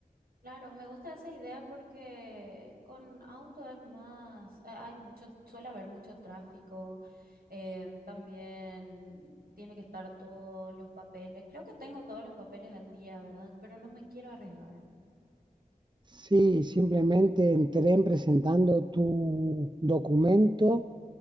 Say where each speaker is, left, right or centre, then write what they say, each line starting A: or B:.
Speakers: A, on the right; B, on the right.
A: claro, me gusta esa idea porque con auto es más, ha- hay mucho, suele haber mucho tráfico, em, también tiene que estar todos los papeles. Creo que tengo todos los papeles al día, ¿verdad? Pero no me quiero arriesgar.
B: Sí, simplemente en tren presentando tu documento,